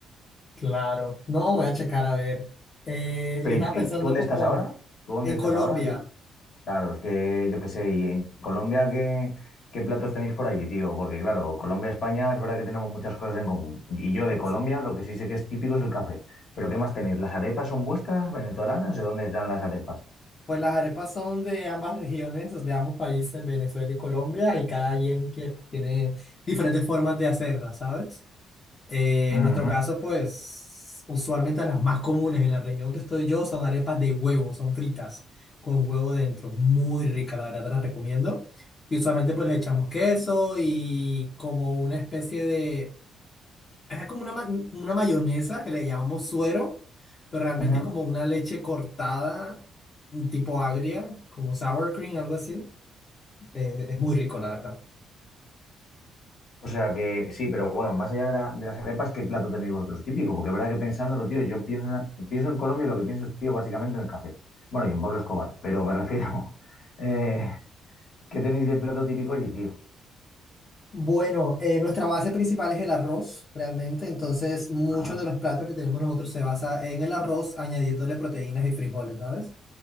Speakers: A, on the left; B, on the left.
A: Claro, no voy a checar a ver. Eh,
B: Pero
A: yo estaba
B: ¿y-
A: pensando
B: y tú dónde
A: como
B: estás ahora? ¿Tú dónde
A: en
B: estás
A: Colombia,
B: ahora, tío? Claro, es que yo qué sé, y en Colombia, ¿qué, qué platos tenéis por allí, tío? Porque claro, Colombia, España, es verdad que tenemos muchas cosas en común. Y yo de Colombia,
A: Sí.
B: lo que sí sé que es típico es el café. Pero ¿qué más tenéis? ¿Las arepas son vuestras, venezolanas? ¿De dónde están las arepas?
A: pues las arepas son de ambas regiones, de ambos países, Venezuela y Colombia, y cada quien que pues, tiene diferentes formas de hacerlas, ¿sabes? Eh,
B: Ujú,
A: en nuestro caso, pues usualmente las más comunes en la región donde estoy yo son arepas de huevo, son fritas con huevo dentro, muy rica, la verdad te las recomiendo. Y usualmente pues le echamos queso y como una especie de Es como una, ma- una mayonesa que le llamamos suero, pero realmente
B: ujú.
A: es como una leche cortada, un tipo agria, como sour cream, algo así. Eh, es muy rico, la verdad.
B: O sea que sí, pero bueno, más allá de, la- de las arepas, ¿qué plato tenéis vosotros típico? Porque es verdad que pensándolo, tío, yo pienso, en pienso en Colombia y lo que pienso es, tío, básicamente en el café. Bueno, y en Pablo Escobar, pero me refiero, <laughs> eh, ¿qué tenéis de plato típico allí, tío?
A: Bueno, eh, nuestra base principal es el arroz, realmente. Entonces, muchos
B: Ah,
A: de los platos que tenemos nosotros se basa en el arroz, añadiéndole proteínas y frijoles, ¿sabes?